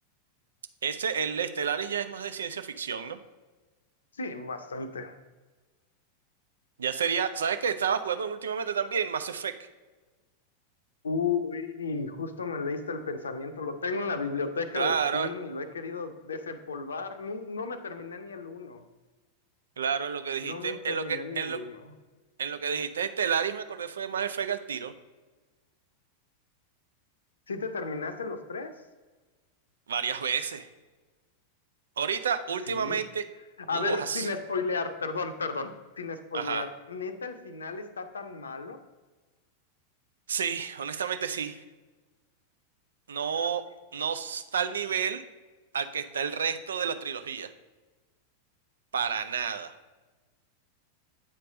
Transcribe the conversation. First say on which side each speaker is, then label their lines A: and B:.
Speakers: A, on the right; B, on the left.
A: ese, el Stellaris ya es más de ciencia ficción, ¿no?
B: sí, bastante.
A: Ya sería, ¿sabes qué? Estaba jugando últimamente también Mass Effect.
B: Uy, justo me leíste el pensamiento. Lo tengo en la biblioteca
A: Claro,
B: de Steam y lo he querido desempolvar. Nu- No, me terminé ni el uno.
A: claro, en lo que dijiste,
B: No me terminé
A: en lo que,
B: ni
A: en
B: el
A: lo,
B: uno.
A: en lo que dijiste Stellaris me acordé fue de Mass Effect al tiro,
B: ¿Sí te terminaste los tres?
A: varias veces. Ahorita,
B: Sí.
A: últimamente,
B: A
A: uh,
B: ver,
A: as-
B: sin spoilear, perdón, perdón, sin spoilear.
A: ajá.
B: ¿Neta el final está tan malo?
A: Sí, honestamente sí. no,
B: Chale.
A: no está al nivel al que está el resto de la trilogía. Para nada.